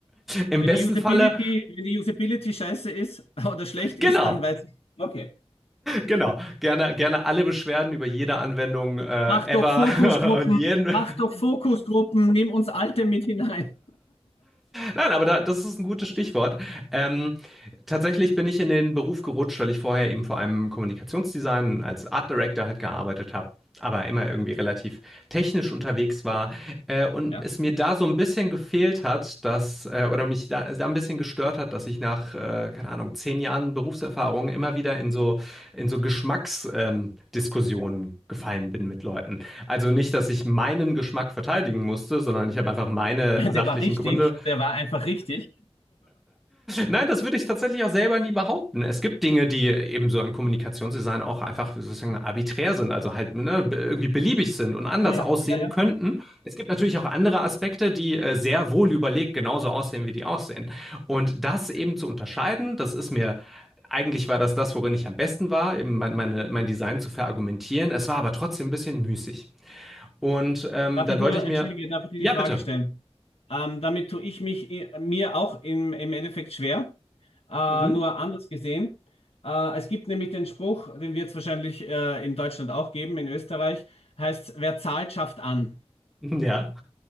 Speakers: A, in the centre; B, on the left.
A: im
B: Wenn
A: besten
B: die Usability,
A: Falle
B: wenn die Usability scheiße ist <laughs> oder schlecht
A: Genau,
B: ist, dann weiß ich. Okay.
A: genau. Gerne, gerne alle Beschwerden über jede Anwendung äh,
B: Mach
A: ever
B: doch Fokusgruppen,
A: <laughs> und jeden
B: mach doch Fokusgruppen, nimm uns Alte mit hinein.
A: Nein, aber da, das ist ein gutes Stichwort. Ähm, tatsächlich bin ich in den Beruf gerutscht, weil ich vorher eben vor allem im Kommunikationsdesign als Art Director halt gearbeitet habe, aber immer irgendwie relativ technisch unterwegs war äh, und
B: Ja,
A: es mir da so ein bisschen gefehlt hat, dass äh, oder mich da, da ein bisschen gestört hat, dass ich nach äh, keine Ahnung zehn Jahren Berufserfahrung immer wieder in so in so Geschmacksdiskussionen ähm, Diskussionen gefallen bin mit Leuten. Also nicht, dass ich meinen Geschmack verteidigen musste, sondern ich habe einfach meine
B: <laughs>
A: sachlichen
B: der war richtig,
A: Gründe
B: der war einfach richtig.
A: Nein, das würde ich tatsächlich auch selber nie behaupten. Es gibt Dinge, die eben so im Kommunikationsdesign auch einfach sozusagen arbiträr sind, also halt ne, irgendwie beliebig sind und anders
B: Ja, ja,
A: aussehen
B: ja, ja.
A: könnten. Es gibt natürlich auch andere Aspekte, die äh, sehr wohl überlegt genauso aussehen, wie die aussehen. Und das eben zu unterscheiden, das ist mir eigentlich war das das, worin ich am besten war, eben mein, meine, mein Design zu verargumentieren. Es war aber trotzdem ein bisschen müßig. Und ähm,
B: Darf
A: dann
B: ich
A: wollte
B: nur,
A: ich mir,
B: entschuldige, darf ich dir
A: ja,
B: die Frage
A: bitte.
B: stellen? Ähm, damit tue ich mich eh- mir auch im, im Endeffekt schwer, äh,
A: Mhm.
B: nur anders gesehen. Äh, es gibt nämlich den Spruch, den wird es wahrscheinlich äh, in Deutschland auch geben, in Österreich, heißt, wer zahlt, schafft an.
A: Ja.